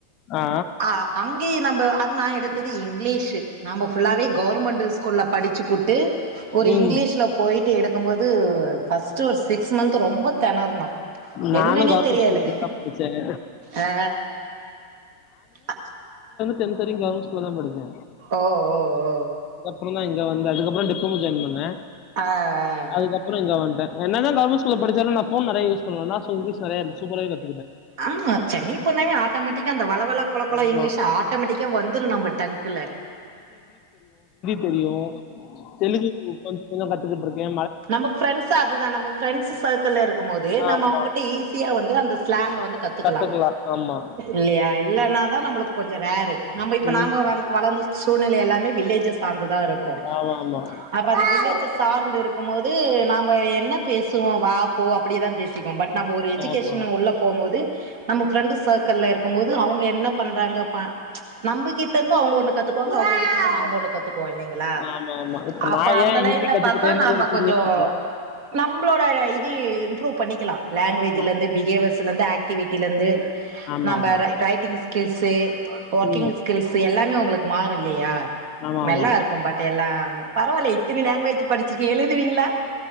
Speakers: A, on the left (about 35°); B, on the right (about 50°).
A: ஆ
B: அ அங்கேய நம்ம அது நா இங்கீஷ் நாம ஃபுல்லாவே கவர்மெண்ட் ஸ் கூல படிச்சுப்புட்டு ஒரு
A: ம்
B: இங்கிலீஷ்ல போயி த் எடுத் க்கு போது ஃபஸ்ட் ஒரு சிக்ஸ் மந்த் ரொம்ப தெணர்ணொ
A: நானும்
B: என்னன்னே
A: கவர்மெண்ட்
B: தெரியாது
A: ஸ்கூல்ல தாங்க படிச்சேன்
B: ஆ அ
A: டென்த்வரைக்கு கவுர்மெண்ட் ஸ்கூல்லதா படிச்சே
B: ஓ ஓ ஓ
A: ப்புறோந்தா இங்க வந்தே அதுக்கப்பறோ டிப்ளமோ ஜாயின் பண்ணே
B: ஆ ஆ
A: அதுக்கப்புறோ இங்க வந்டே என்னதா கவர்மெண்ட் ஸ்கூல்ல படிச்சாலு நா ஃபோன் நெறய யூஸ் பண்ணுவனா சோ இங்கிலிஷ் நெறய சூப்பரா கத்
B: ஆமா சென்னை போனாவே ஆட்டோமேட்டிக்கா அந்த வழவழ கொழகொழ
A: ஆமா
B: இங்கிலீஷு ஆட்டோமேட்டிக்கா வந்துரு நம்ம டங்க்குல
A: தெரியு தெலுகு கொஞ்ச கொஞ்ச கத்துக்கிட்ருக்கே
B: நம்ப ஃப்ரெண்ட்ஸ் அதுதா நம்ப ஃப்ரெண்ட்ஸ் சர்க்கிள்ல இருக்கும் போது நம்ம
A: ஆமா
B: அவங்ககிட்ட ஈஸியா வந்து அந்த ஸ்லாங்க வந்து கத்துக்கலா
A: கத்துக்கலாம் ஆமா
B: இல்லையா இல்லன்னாதா நம்பளுக்கு கொஞ்ச ரேரு நம்ம இப்ப
A: ம்
B: நாம வந் வளந்த சூழ்நெல எல்லாமே வில்லேஜஸ் சார்ந்துதா இருக்கு
A: ஆமா ஆமா
B: அப்ப அந்த வில்லேஜ சார்ந்து இருக்கும் போது நாம்ப என்ன பேசுவோ வா போ அப்பிடியேதா பே சிக்குவோ பட் நம்ப ஒரு எஜுகேஷன்
A: ஆமா
B: உள்ள போகும்போது நம்ம ஃப்ரெண்டு சர்க்கிள்ல இரு க்கும்போது அவுங்க என்ன பண்றாங்க பா நம்பகிட்ட இர்ந்து அவுங்க ஒண்ணு கத்துக்குவாங் க அவங்ககிட்ட இருந்து நாம்ப ஒன்னு கத் துக்குவோ இல்லீங்களா
A: ஆமா ஆமா இப்ப
B: அப்ப
A: நான்
B: அந்த
A: ஏன்
B: லைன்ல
A: ஹிந்தி கத்துக்கிட்டேன்னு
B: பாத்தா நாம்ப
A: ஒரு பெரிய
B: கொஞ்சோ
A: கதை
B: நம்பளோட இது இம்ப்ரூவ் பண்ணிக்கலா லாங்குவேஜ்லிர்ந்து
A: ஆமா
B: பிஹேவியர்ஸ்லேர்ந்து ஆக்ட்டிவிட்டிலேர்ந்து
A: ஆமா
B: நாம்ப
A: ஆமா.
B: ரைட்டிங் ஸ்கில்ஸு ஒர்க்கிங்
A: ம்
B: ஸ்கில்ஸு எல்லாமே உங்களுக்கு மாறு இல்லியா
A: ஆமா ஆமா
B: நல்லா இருக்கு பட் எல்லா பரவால்ல இத்தினி லாங்வேஜ் படிச்சிருக்கீ எழுதுவீங்ளா